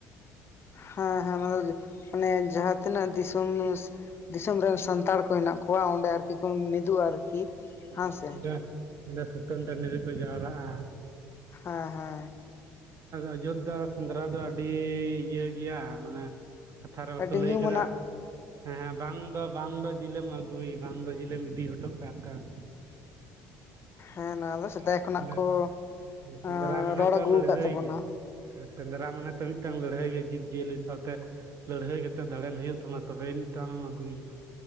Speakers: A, on the left (about 40°); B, on the right (about 50°).
A: ᱦᱮᱸ ᱦᱮᱸ <unintelligible> ᱢᱟᱱᱮ ᱡᱟᱦᱟᱸ ᱛᱤᱱᱟᱹᱜ ᱫᱤᱥᱚᱢ ᱫᱤᱥᱚᱢ ᱨᱮᱱ ᱥᱟᱱᱛᱟᱲ ᱠᱚ ᱦᱮᱱᱟᱜ ᱠᱚ ᱠᱚᱣᱟ ᱚᱸᱰᱮ ᱟᱨᱠᱤ ᱠᱚ ᱢᱤᱫᱚᱜᱼᱟ ᱟᱨᱠᱤ
B: ᱚᱸᱰᱮ
A: ᱦᱮᱸ ᱥᱮ
B: ᱚᱸᱰᱮ ᱥᱩᱛᱟᱹᱱ ᱴᱟᱺᱰᱤ ᱨᱮᱠᱚ ᱡᱟᱣᱨᱟᱜᱼᱟ᱾
A: ᱦᱮᱸ ᱦᱮᱸ
B: ᱚᱡᱳᱫᱽᱫᱷᱟ ᱥᱮᱸᱫᱽᱨᱟ ᱫᱚ ᱟᱹᱰᱤ ᱤᱭᱟᱹ ᱜᱮᱭᱟ ᱢᱟᱱᱮ ᱠᱟᱛᱷᱟ ᱨᱮ ᱵᱟᱠᱚ
A: ᱟᱹᱰᱤ ᱧᱩᱢᱟᱱᱟᱜ
B: ᱞᱟᱹᱭ ᱠᱮᱫᱟ ᱦᱮᱸ ᱵᱟᱝ ᱫᱚ ᱵᱟᱝ ᱫᱚ ᱡᱤᱞᱮᱢ ᱟᱹᱜᱩᱭ ᱵᱟᱝ ᱫᱚ ᱡᱤᱞᱮᱢ ᱤᱫᱤ ᱦᱚᱴᱚ ᱠᱟᱜ ᱠᱟᱱ᱾
A: ᱦᱮᱸ ᱱᱚᱣᱟ ᱫᱚ ᱥᱮᱫᱟᱭ
B: ᱨᱟ
A: ᱠᱷᱚᱱᱟᱜ
B: <unintelligible>
A: ᱠᱚ
B: ᱥᱮᱸᱫᱽᱨᱟ
A: ᱨᱚᱲ
B: ᱢᱟᱱᱮ ᱛᱚ
A: ᱟᱹᱜᱩ
B: ᱞᱟᱹᱲᱦᱟᱹᱭ
A: ᱟᱠᱟᱫ ᱛᱟᱵᱚᱱᱟ
B: ᱜᱮ ᱮ᱾ ᱥᱮᱸᱫᱽᱨᱟ ᱢᱟᱱᱮ ᱛᱚ ᱢᱤᱫᱴᱟᱝ ᱞᱟᱹᱲᱦᱟᱹᱭ ᱜᱮ ᱡᱤᱵᱽ ᱡᱤᱭᱟᱹᱞᱤ ᱥᱟᱶᱛᱮ ᱞᱟᱹᱲᱦᱟᱹᱭ ᱠᱟᱛᱮ ᱫᱟᱬᱮᱱ ᱦᱩᱭᱩᱜ ᱛᱟᱢᱟ ᱛᱚᱵᱮᱭᱟᱱᱤᱡ ᱛᱚ᱾ ᱦᱚᱸ ᱟᱹᱜᱩᱭᱮᱢᱟ᱾